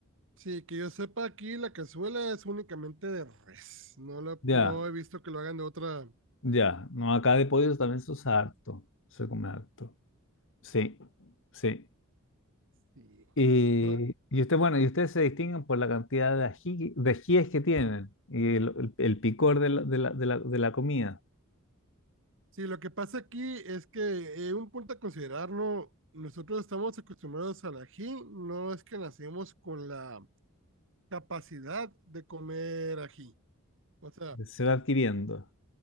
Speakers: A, on the right; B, on the left.
A: Sí, que yo sepa aquí la cazuela es únicamente de res, no, la-
B: Ya,
A: no he visto que lo hagan de otra,
B: ya. No, acá de pollo también se usa harto. Se come harto. Sí, sí.
A: sí.
B: Y,
A: No,
B: y usted, bueno, y ustedes se distinguen por la cantidad de ají, de ajíes que tienen y el, el- el picor de la, de la, de la, de la comida.
A: Sí, lo que pasa aquí es que eh, un punto a considerar, ¿no? Nosotros estamos acostumbrados al ají, no es que nacemos con la capacidad de comer ají. O sea,
B: Se va adquiriendo.